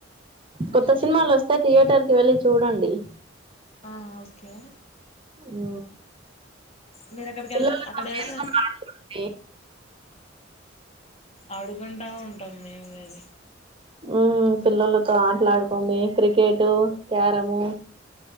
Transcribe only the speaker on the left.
మేబీ
ది
ఆ ఓకే
మీరు అక్కడికి
వెళ్తా అక్కడ వెళ్తారా.
ఆడుకుంటా ఉంటాం మేము కాని